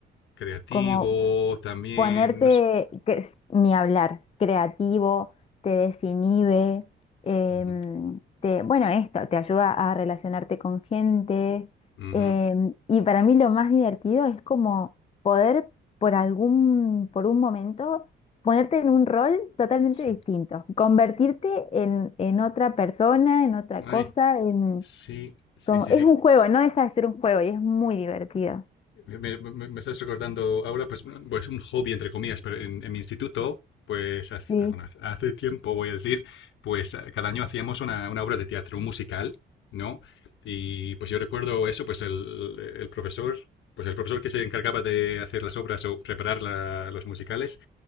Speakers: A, on the left (about 70°); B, on the left (about 30°).
A: creativo
B: como
A: también,
B: ponerte,
A: no sé.
B: que, ni hablar, creativo, te desinhibe, em,
A: Ujú,
B: te, bueno, esto, te ayuda a relacionarte con gente.
A: ujú,
B: em, y para mí lo más divertido es como poder por algún, por un momento, ponerte en un rol totalmente
A: sí,
B: distinto, convertirte en, en otra persona, en otra
A: ay,
B: cosa, en,
A: sí, sí,
B: como,
A: sí,
B: es
A: sí.
B: un juego, no deja de ser un juego y es muy divertido.
A: me, me, me estás recordando ahora, pues, pues un hobby entre comillas, pero en, en mi instituto, pues hace,
B: Sí.
A: bueno, hace tiempo voy a decir, pues cada año hacíamos una, una obra de teatro, un musical, ¿no? Y pues yo recuerdo eso, pues el, el profesor, pues el profesor que se encargaba de hacer las obras o preparar la- los musicales,